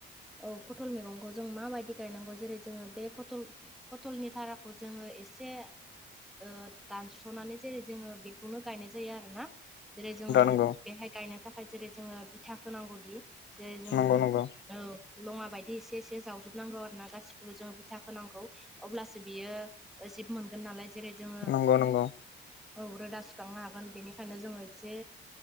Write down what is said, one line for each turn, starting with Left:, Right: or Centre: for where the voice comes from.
Centre: औ पटल मैगंखौ जों माबायदि गायनांगौ जेरै जोङो बे पथल फटलनि धाराखौ जोङो एसे ओ दानस'नानै जेरै जोङो बे खौनो गायनाय जायो आरोना जेरै जोङो
Left: नंगौ
Centre: बेहाय गायनो थाखाय जेरै जोङो बिथा होनांगौदि जेरै जोङो
Left: नंगौ नोंथां
Centre: ओ लङा बायदि एसे एसे जावजोबनांगौ आरो ना गासिखौबो जोंङो बिथा खोनांगौ अब्लासो बियो जिब मोनगोन नालाय जेरै जोङो
Left: नंगौ नंगौ
Centre: औ रोदा सुखांनो हागोन बेनिखायनो जोङो एसे